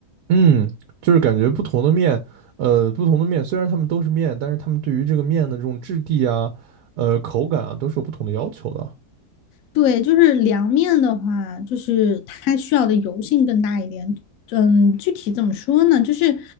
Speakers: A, on the right; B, on the left.
A: 嗯，就是感觉不同的面，呃，不同的面，虽然它们都是面，但是它们对于这个面的这种质地啊，呃，口感啊，都是有不同的要求的。
B: 对，就是凉面的话，就是它需要的油性更大一点。嗯，具体怎么说呢？就是